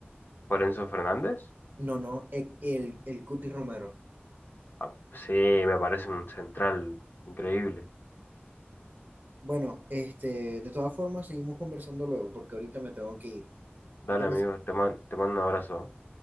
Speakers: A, on the left; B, on the right.
A: ¿Por Enzo Fernández?
B: No, no, e- el, el Cuti Romero.
A: Ah, sí, me parece un central increíble.
B: Bueno, este, de todas formas, seguimos conversando luego, porque ahorita me tengo que ir.
A: Dale,
B: ¿Te parece?
A: amigo, te man- te mando un abrazo. ¿eh?